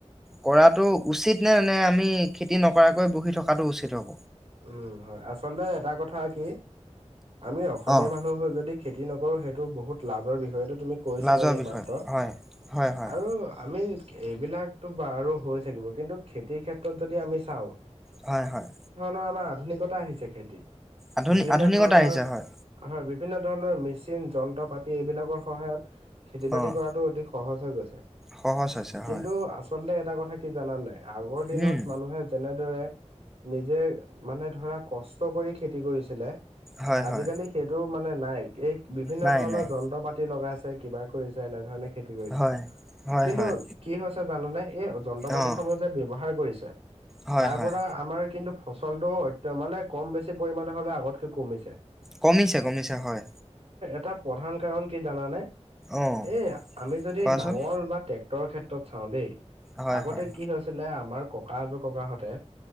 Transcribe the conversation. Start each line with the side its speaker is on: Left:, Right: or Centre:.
Centre: কৰাটো উচিত নে নে আমি খেতি নকৰাকৈ বহি থকাটো উচিত হব?
Right: উম হয় আচলতে এটা কথা কি আমি অসমীয়া
Centre: অ'
Right: মানুহ যদি খেতি নকৰোঁ সেইটো বহুত লাজৰ বিষয়টো তুমি কৈছা
Centre: লাজৰ
Right: এইমাত্ৰ
Centre: বিষয় হয়, হয়, হয়,
Right: আৰু আমি এইবিলাকতো বাৰো হৈ থাকিব কিন্তু খেতিৰ ক্ষেত্ৰত যদি আমি চাওঁ
Centre: হয় হয়।
Right: অ' আমাৰ আধুনিকতা আহিছে খেতিত।
Centre: আধুনিক
Right: বিভিন্ন
Centre: আধুনিকতা
Right: ধৰণৰ,
Centre: আহিছে হয়,
Right: হয়। বিভিন্ন <inaudible> -ভিন্ন ধৰণৰ মেচিন, যন্ত্ৰ-পাতি এইবিলাকৰ সহায়ত খেতি-বাতি
Centre: অ'
Right: কৰাটো অতি সহজ হৈ গৈছে।
Centre: সহজ হৈছে হয়,
Right: কিন্তু আচলতে এটা কথা কি জানা নে নাই আগৰ দিনত
Centre: উম,
Right: মানুহে যেনেদৰে নিজে মানে ধৰা কষ্ট কৰি খেতি কৰিছিলে।
Centre: হয়,
Right: আজিকালি
Centre: হয়।
Right: সেইটো মানে নাই। এই বিভিন্ন
Centre: নাই,
Right: ধৰণৰ
Centre: নাই,
Right: যন্ত্ৰ পাতি লগাইছ এই কিবা কৰিছে এনেধৰণে খেতি কৰিছে।
Centre: হয়, হয়,
Right: কিন্তু
Centre: হয়,
Right: কি হৈছে জাননে এই যন্ত্ৰ-পাতি
Centre: অ'
Right: সমূহ যে ব্যৱহাৰ কৰিছ
Centre: হয়,
Right: তাৰ
Centre: হয়।
Right: পৰা আমাৰ কিন্তু ফচলটো অত্য মানে কম-বেছি পৰিমাণে হ'লেও আগতকে কমিছে।
Centre: কমিছে। কমিছে। হয়।
Right: তাৰ প্ৰধান কাৰণ কি জানানে?
Centre: অ'
Right: এ, আমি যদি
Centre: কোৱাচোন?
Right: নাঙল বা টেক -টৰ ক্ষেত্ৰত চাও দেই,
Centre: হয়,
Right: আগতে
Centre: হয়,
Right: কি হৈছিলে আমাৰ ককা আজোককাহঁতে